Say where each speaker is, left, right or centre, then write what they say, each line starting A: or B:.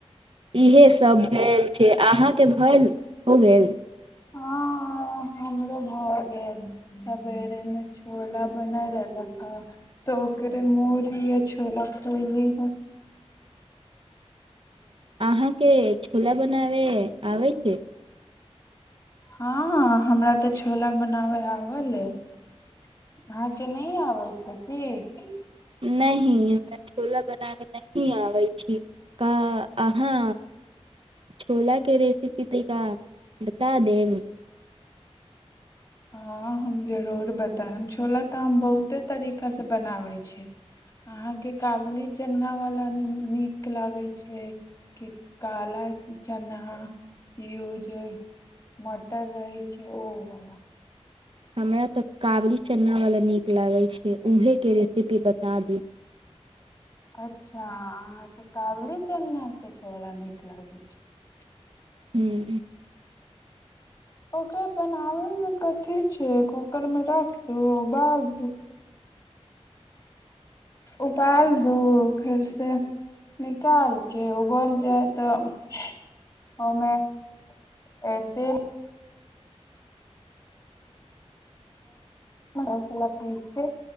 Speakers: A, on the right; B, on the left.
A: इहे सभ भेल छै अहाँके भेल हो गेल
B: हँ हमरो भए गेल सवेरे मे छोला बन रहलक हे तऽ ओकरे मही या छोला खोली हे
A: अहाँके छोला बनाबै आबै छै
B: हँ हमरा तऽ छोला बनाबय आबल अहाँके नहि आबै छै की
A: नहि हमरा छोला बना के नहि आबै छी अहाँ छोलााक के रे स्थिका बता देब
B: हँ हम जरूर बतायब छोला तऽ हम बहुते तरीकासँ बनाबैत छी अहाँके काबुली चनावला नीक लागैत छै कि काला चना कि ओ जे मटर रहैत छै ओहोवला
A: हमरा तऽ काबली चनावला नीक लगैत छै उहेके रेसिपी बता दू
B: अच्छा अहाँके कावली चलनाे छोड़ा नीक लागै छै
A: हम्म
B: ओकररा बनाबयमे कथी छै कूकरमे राख दू बाल दू उबाल दू फेरसँ निकाल कऽ उबल जाय तऽ ओहिमे तेल मसाला पीस कऽ